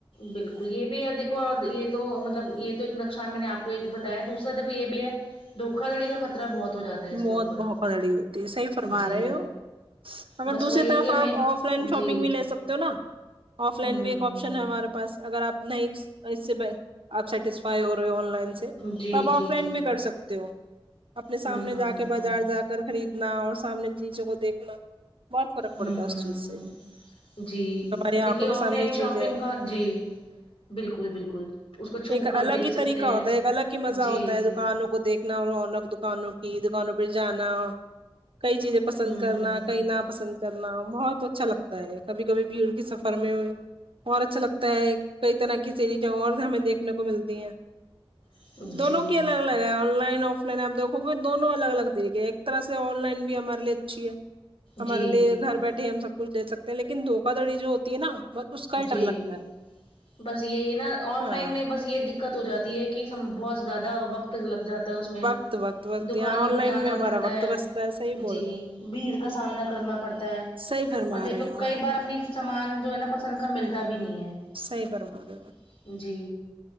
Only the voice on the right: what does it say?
موت
بہ خدڑی ہوتی ہے صحیح فرما
رہے ہو اگر
دوسری
طرف
آپ
آف لائن شاپنگ
بھی لے سکتے تو نا آف لائن
بھی ایک آپشن ہے ہمارے پاس اگر آپ نہیں اس سے سیٹسفائی ہو رہے ہو آن لائن سے
تو آپ آف
لائن
بھی کر سکتے ہو اپنے سامنے
جا
کے بازار
جا کر خریدنا اور سامنے نیچوں کو دیکھنا بہت فرق پڑتا
ہے اس چیز سے
ہماری آنکھوں
کے سامنے
چیزیں ہیں
ایک
الگ
ہی
طریقہ
ہوتا ہے ایک الگ ہی مزہ
ہوتا ہے دکانوں کو دیکھ دنا اور آل دکانوں کی دکانوں جانا کئی چیزیں پسند
کرنا
کیں نا پسند کرنا بہت اچھا لگتا ہے کبھی کبھی بھیڑ کی سفر میں اورہ اچھا لگتا ہے کئی طرح کی سیریز اور ہمیں دیکھ دنے کو ملتی ہے
دونوں
کی الگ الگ ہے آن لائن آف لائن آپ دونوں الگ الگ طریقے ایک طرح سے آن لائن بھی ہمارے لیے اچھی ہے ہمارے
لیے گھر بیٹھے ہم سب کچھ لے سکتے ہیں لیکن دوکا دڑی جو ہوتی ہے نا بس اس کا ہی
ڈر لگتا ہے
ہاں
وقت وقت وقت
یہاں آن
لائن
میں ہمارا
وقت
بچتا صحیح بول
رہے ہو
صحیح فرما
رہے ہو
صحیح فرما رہے ہو